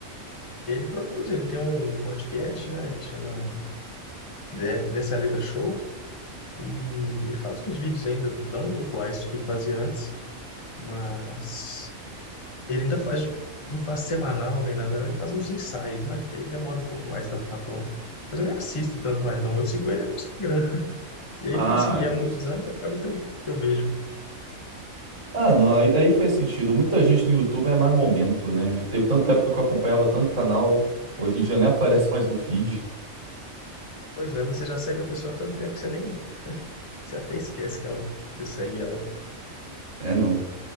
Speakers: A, on the left (about 30°); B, on the right (about 65°).
A: Ele produz, ele tem um podcast, né, que chama De- Dessa Letra Show, e ele faz uns vídeos ainda não iguais do que ele fazia antes, mas ele ainda faz, não faz semanal nem nada, não, ele faz uns ensaios, né? Que aí demora um pouco mais para ficar pronto. Mas eu nem assisto tanto mais, não. Eu sigo ele no Instagram. E
B: Ah,
A: aí, por seguir há
B: justo.
A: muitos anos, acaba que eu, que eu vejo.
B: Ah, não, aí, aí faz sentido. Muita gente no YouTube é mais momento, né? Já teve tanta época que eu acompanhava tanto canal, hoje em dia nem <laughs> aparece mais no feed.
A: Pois é, mas você já segue a pessoa há tanto tempo que você nem Você até esquece que ela, você segue ela.
B: É, não.